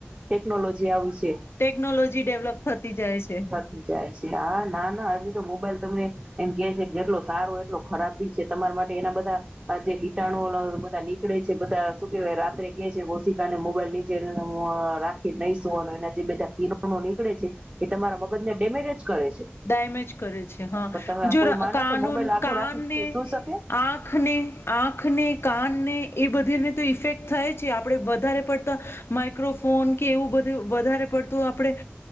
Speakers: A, on the right; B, on the left.
A: ટેકનોલોજી આવ છે
B: ટેકનોલોજી ડેવલપ થતી જાય છે
A: થતી જાય છે હા ના ના હજુ તો મોબાઈલ તમને કે છે જેટલો સારો એટલો ખરાબ બી છે તમારા માટે એના બધા જે કીટાણુ બધા નીકળે છે બધા શું કેહેવાય રાત્રે ક છે કોશિકાને મોબાઈલ નીચે ઉ અ રાખી નહી સુવાનો એના જે બધા કિરણો નીકળે છે એ તમારા મગજ ને ડેમેજ જ કરે છે.
B: ડમેજ કરે છે હા
A: પણ તમે
B: જો
A: કોઈ માનો
B: કાનુન
A: છો મોબાઈલ આખો
B: કાનને
A: રાખી શું શકે
B: આખને આંખને કાન એ બધીને તો ઇફેક્ટ થાય છે આપ વધારે પડતા માઈક્રોફોન કે એવું વધારે પડતું આપણે